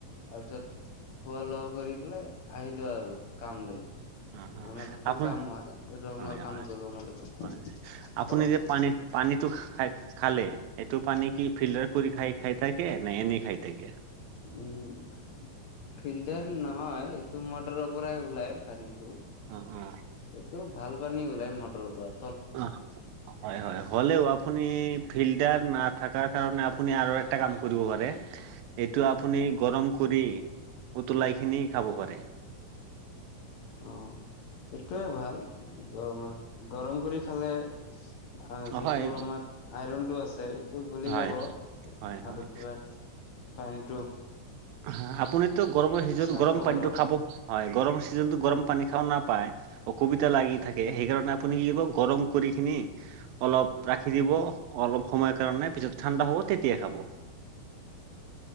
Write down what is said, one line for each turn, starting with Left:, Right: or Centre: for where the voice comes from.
Left: তাৰপিছত খোৱা লগ কৰি পেলাই আহিলো আৰু কাম লৈ। আমাৰ
Right: অ অ
Left: যিটো
Right: আপুনি
Left: কাম হয় ৰঙৰ
Right: হয়
Left: কাম
Right: হয়
Left: কৰোঁ আমাৰালোকে
Right: হয় আপুনি
Left: কওক।
Right: যে পানী পানীটো খা খালে সেইটো পানী কি ফিল্টাৰ কৰি খাই খাই থাকে নাই এনেই খাই থাকে।
Left: উম। ফিল্টাৰ নহয় এইটো মটৰৰ পৰাই ওলাই পানীটো।
Right: অ অ।
Left: এইটো ভাল পানী ওলাই মটৰওৰত।
Right: অ হয় হয় হ'লেও আপুনি ফিল্টাৰ না। থকাৰ কাৰণে আপুনি আৰু এটা কাম কৰিব পাৰে। এইটো আপুনি গৰম কৰি উতলাই খিনি খাব পাৰে।
Left: অঁ, সেইটয়ে ভাল গৰমত গৰম কৰি খালে। অঁ, যিটো
Right: হয়
Left: আমাৰ আইৰনতটো আছে। টো গুলি
Right: হয়
Left: যাব
Right: হয় হয়
Left: আৰু কিবা পানীটো।
Right: হ আপুনিতো গৰমৰ সিজন
Left: স্বাস্থ্যকৰ
Right: গৰম পানীটো
Left: হ'ব
Right: খাব। হয় গৰম চিজনো গৰম পানী খাওঁ নাপায়। অসুবিতা লাগি থাকে সেইকাৰণে আপুনি কি গৰম কৰি খিনি। অলপ ৰাখি দিব অলপ সময়ৰ কাৰণে পিছত ঠাণ্ডা হ'ব তেতিয়াই খাব।